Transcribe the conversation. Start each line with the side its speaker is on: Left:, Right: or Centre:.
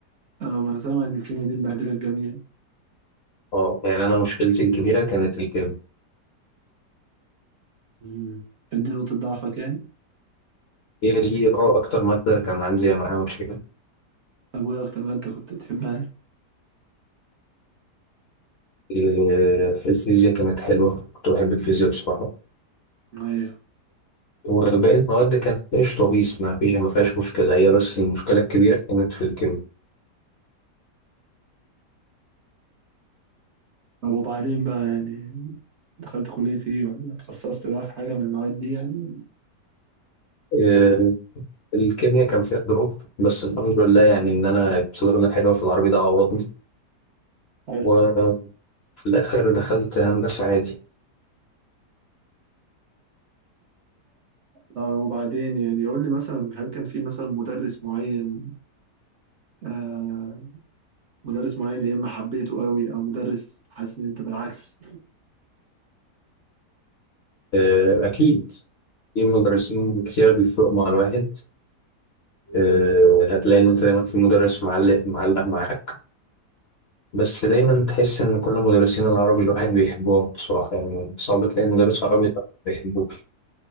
Right: اه ما انا سامع ان الكيمياء دي مبهدله الجميع
Left: اه يعني أنا مشكلتي الكبيرة كانت الكيمياء
Right: مم. كانت دي نقطه ضعفك يعني
Left: هي دي اه أكتر مادة كان عندي معاها مشكلة
Right: طب وايه اكتر ماده كنت بتحبها
Left: آه، الفيزياء كانت حلوة كنت بحب الفيزياء بصراحة
Right: أيوة.
Left: وباقي المواد كانت ايش طبيس ما فيش ما فيهاش مشكلة هي بس المشكلة الكبيرة كانت في الكيمياء
Right: طب وبعدين بقى يعني دخلت كلية ايه ولا اتخصصت بقى في حاجة من المواد دي يعني
Left: آه، الكيمياء كان فيها دروب بس الحمد لله يعني ان انا جبت درجة حلوة في العربي ده عوضني
Right: حلو
Left: وفي الاخر دخلت هندسة عادي
Right: طب وبعدين يعني قول لي مثلا هل كان في مثلا مدرس معين آه مدرس معين يا اما حبيته قوي او مدرس حاسس ان انت بالعكس
Left: آه، اكيد في مدرسين كتير بيفرقوا مع الواحد آه، هتلاقي ان انت دايما في مدرس معلق معلق معاك بس دايما تحس ان كل مدرسين العربي الواحد بيحبهم بصراحه يعني صعب تلاقي مدرس عربي الواحد ما بيحبوش